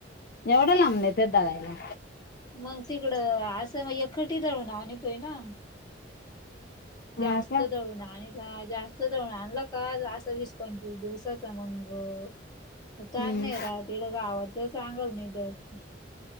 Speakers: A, on the left (about 55°); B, on the left (about 20°).
A: एवढं लांब नेत्यात दळायला.
B: मग तिकडं असं मग एकटी दळून आणि तोय ना. जास्त
A: हा का
B: दळून आणि जास्त दळून आणलं का, असं वीस, पंचवीस दिवसाच मग. म त्या
A: हम्म.
B: नेराळ ते गावात चांगल चांगल नीट दळतती.